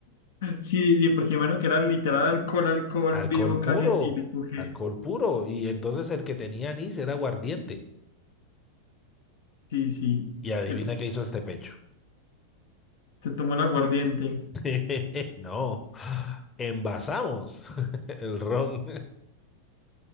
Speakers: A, on the left (about 60°); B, on the left (about 20°).
A: Sí, sí, porque menos que era literal alcohol, alcohol
B: Alcohol
A: vivo,
B: puro,
A: casi etílico, que.
B: alcohol puro. Y entonces el que tenía anís era aguardiente.
A: Sí, sí.
B: Y adivina
A: Y el-
B: qué hizo este pecho.
A: Te tomó el aguardiente.
B: <laughs> No, envasamos <laughs> el ron.